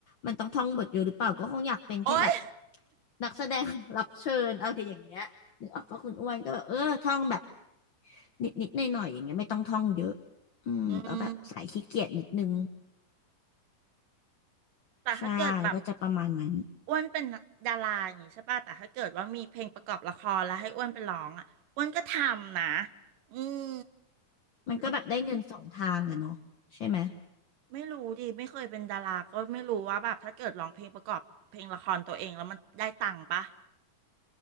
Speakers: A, on the left; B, on the right.
A: มันต้องท่องบทอยู่หรือเปล่าก็คงอยากเป็นแค่แบบ
B: โอ๊ย
A: นักแสดง <laughs> รับเชิญอะไรอย่างเงี้ยนึกออกปะคุณอ้วนก็แบบเออท่องแบบนิดนิดหน่อยหน่อยๆอย่างเงี้ยไม่ต้องท่องเยอะอืมก็แบบสายขี้เกียจนิดนึง
B: อืมแต่ถ้าเกิดแบบ
A: ใช่ก็จะประมาณนั้น
B: อ้วนเป็นดาราอย่างงี้ใช่ป่ะแต่ถ้าเกิดว่ามีเพลงประกอบละครแล้วให้อ้วนไปร้องอ่ะอ้วนก็ทำนะอืม
A: มันก็แบบได้เงินสองทางอะเนาะใช่ไหม
B: ลองไม่รู้ดิไม่เคยเป็นดาราก็ไม่รู้ว่าแบบถ้าเกิดร้องเพลงประกอบเพลงละครตัวเองแล้วมันได้ตังค์ปะ